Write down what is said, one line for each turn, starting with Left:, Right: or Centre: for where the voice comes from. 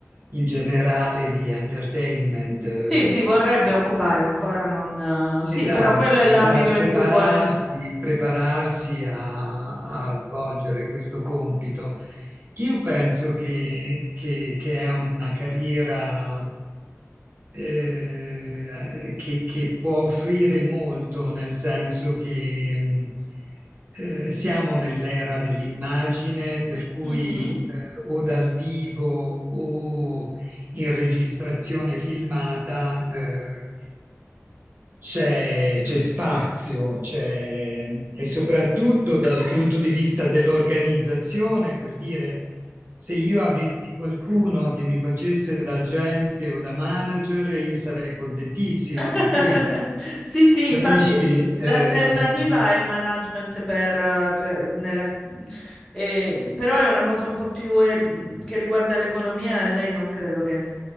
Right: in generale di entertainment. eh,
Left: Sì, si vorrebbe occupare, ancora non... eh, Sì,
Right: Esatto,
Left: però quello è l'ambito
Right: esatto.
Left: in
Right: Prepararsi,
Left: cui vuole...
Right: prepararsi a, a svolgere questo compito. Io penso che, che- che è una carriera eh, che, che può offrire molto, nel senso che mh, eh, siamo nell'era dell'immagine, per cui
Left: Mhm.
Right: eh, o dal vivo o in registrazione filmata. eh, c'è, c'è spazio, c'è, e soprattutto dal punto di vista dell'organizzazione, per dire, se io avessi qualcuno che mi facesse da agente o da manager, io sarei contentissima,
Left: <laughs>
Right: per cui
Left: Sì, sì,
Right: capisci?
Left: infatti
Right: Eh,
Left: l'alternativa è il management per, eh, per- nella- eh, però è una cosa un po' più eh, mh, che riguarda l'economia, e a lei non credo che,